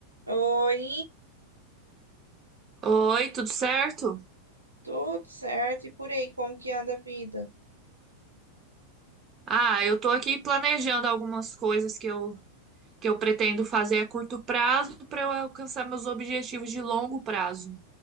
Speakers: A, on the right; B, on the right.
A: Oi,
B: Oi, tudo certo?
A: tudo certo? E por aí, como que anda a vida?
B: Ah, eu tô aqui planejando algumas coisas que eu, que eu pretendo fazer a curto prazo para eu alcançar meus objetivos de longo prazo.